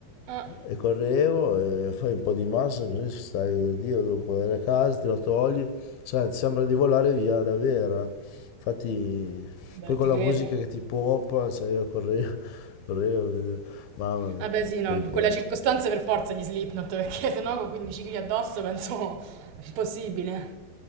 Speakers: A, on the right; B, on the left.
A: Ah,
B: e correvo e fai un po' di massa così stai da Dio dopo andare a casa, te la togli, sai, ti sembra di volare via davvero. eh. Infatti
A: beh,
B: poi con
A: ti
B: la
A: credo.
B: musica che ti pompa, sai, io correvo, <laughs> correvo, vedevo. Mamma mia,
A: Vabbè, sì, no,
B: che ricordo.
A: in quella circostanza per forza gli Slipknot, perché sennò con 15 kg addosso penso è impossibile.